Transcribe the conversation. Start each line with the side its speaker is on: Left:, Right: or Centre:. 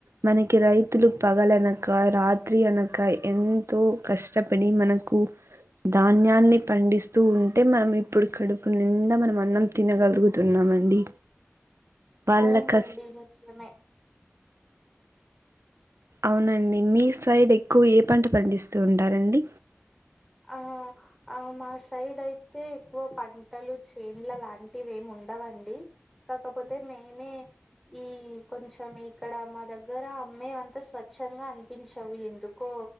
Right: మనకి రైతులు పగలనక రాత్రి అనక ఎంతో కష్టపడి మనకు కు ధాన్యాన్ని పండిస్త స్తూ ఉంటే మనం ఇప్పుడు కడుపు నిండా మనం అన్నం తినగలుగుతున్నామండి వాళ్ళ
Centre: అవునండి
Right: కస్
Centre: నిత్యమే
Right: అవునండి మీ సైడ్ ఎక్కువ ఏ పంట పండిస్తూ ఉంటారండి
Centre: ఆ ఆ మా సైడ్ అయితే ఎక్కువ పంటలు చేన్ల లాంటివి ఏమి ఉం డవండి కాకపోతే మెమే ఈ కొంచెం ఇక్కడ మా దగ్గర అమ్మెయి అంతా స్వచ్చంగా అనిపించవు ఎందుకో